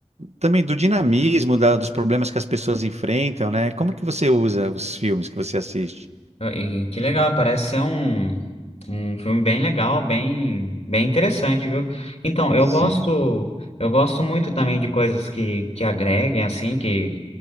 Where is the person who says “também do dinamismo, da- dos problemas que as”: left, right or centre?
Right